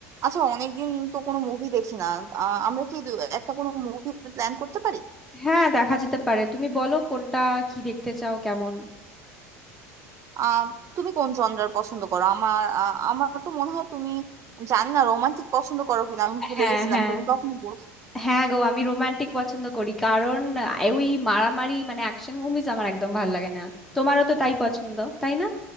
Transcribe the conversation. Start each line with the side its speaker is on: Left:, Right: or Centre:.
Right: আচ্ছা অনেকদিন তো কোনো মুভি দেখি না আহ, আমরা কি দু- একটা কোনো মুভি প্ল্যান করতে পারি
Centre: হ্যাঁ দেখা যেতে পারে তুমি বলো কোনটা কি দেখতে চাও কেমন
Right: আহ তুমি কোন জনরার পছন্দ করো আমার আহ, আমার তো মনে হয় তুমি জানি না রোমান্টিক পছন্দ করো কিনা আমি ভুলে
Centre: হ্যাঁ
Right: গেছিলাম
Centre: হ্যাঁ
Right: তুমি কখনো বলছো
Centre: হ্যাঁ গো আমি রোমান্টিক পছন্দ করি কারণ আহ, ওই মারামারি মানে অ্যাকশন মুভিজ আমার একদম ভালো লাগে না তোমারও তো তাই পছন্দ তাই না